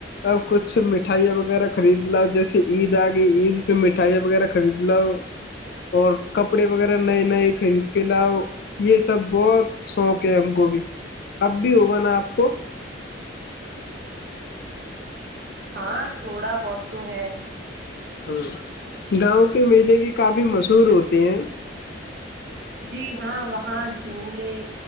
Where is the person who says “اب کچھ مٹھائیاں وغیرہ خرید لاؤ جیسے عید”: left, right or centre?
Left